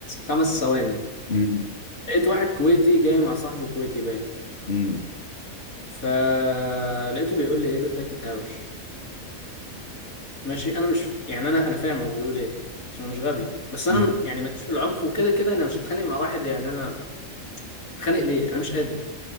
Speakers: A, on the left (about 80°); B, on the left (about 45°).
A: خمس ثواني
B: امم
A: لقيت واحد كويتي جاي مع صاحبه كويتي باين
B: امم
A: فلقيته بيقول لي ايه بدك تتهاوش ماشي انا مش يعني انا انا فاهم هو بيقول ايه عشان مش غبي بس انا
B: امم
A: م- يعني ماليش في العنف وكده كده انا مش هتخانق مع واحد يعني انا اتخانق ليه انا مش قادر